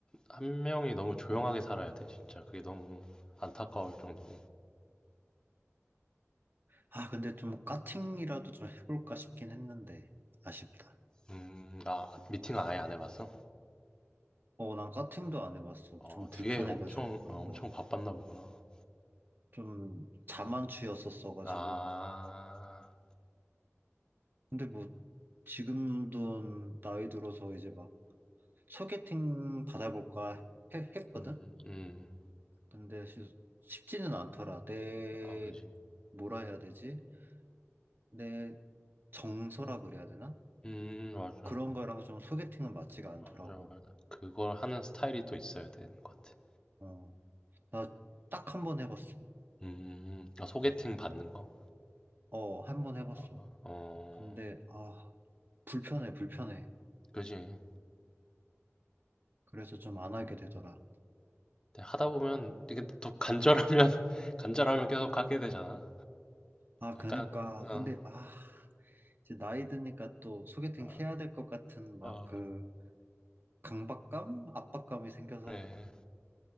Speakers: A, on the left; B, on the right.
A: 한 명이 너무 조용하게 살아야 돼, 진짜. 그게 너무 안타까울 정도로.
B: 아 근데 좀 까팅이라도 좀 해볼까 싶긴 했는데 아쉽다
A: 음, 아, 미팅 아예 안 해봤어?
B: 어 난 까팅도 안 해봤어
A: 어,
B: 좀 불편해가지고
A: 되게 엄청,
B: 그런
A: 아, 엄청
B: 거
A: 바빴나 보구나.
B: 좀 자만추였었어가지고
A: 음. 아,
B: 근데 뭐 지금도 나이 들어서 이제 막 소개팅 받아볼까 해- 했거든
A: 음, 음,
B: 근데 시- 쉽지는 않더라 내
A: 아, 그지.
B: 뭐라 해야 되지 내 정서라 그래야 되나
A: 음, 맞아.
B: 그런 거랑 좀 소개팅은 맞지가 않더라고
A: 맞아, 맞아. 그걸 하는 스타일이 또 있어야 되는 것 같아.
B: 어 나 딱 한 번 해봤어.
A: 음, 아, 소개팅 받는 거?
B: 어, 한 번 해봤어.
A: 아, 어,
B: 근데, 아, 불편해, 불편해.
A: 그지. 근데
B: 그래서 좀 안 하게 되더라.
A: 근데 하다 보면, 이게 또 간절하면, <laughs> 간절하면 계속 하게 되잖아.
B: 아, 그니까.
A: 약간, 어,
B: 근데, 아, 이제 나이 드니까 또 소개팅
A: 어,
B: 해야 될 것 같은 막
A: 어.
B: 그 강박감? 압박감이 생겨서
A: 그래.